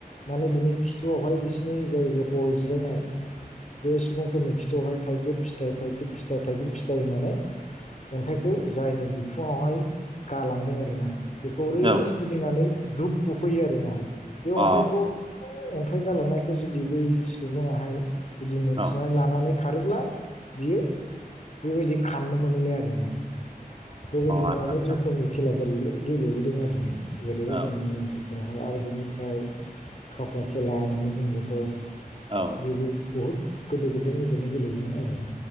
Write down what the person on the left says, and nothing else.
माने बिनि खिथुआवहाय बिसिनि जायफोर गल जिरायनाय बे सुबुंफोरनि खिथयावहाय थाइगिर फिथाइ थाइगिर फिथाइ थाइगिर फिथाइ होननानै अन्थाइखौ जायनि बिखुङावहाय गालांदों आरोना बेखौ ओरै
गिदिंनानै धुप बुफैयो आरोना बे
अन्थाइखौ अन्थाइ गालांनायखौ जुदि बै सुबुङाहाय जुदि मोनथिनानै
लानानै खारोब्ला बियो बेबायदि खाननो मोनोलाय आरो ना बेबायदिनो
अनेक
रोखोमनि खेलाफोर गेले-गेलेबोदों आर ना गोदो
जोंनि ओसोल बेवहाय आरो बिनिफ्राय खाफा खेला होननानै बुंबाथ'
बेबो बहुत गोदो गोदायनिफायनो गेलेबोनाय आरोना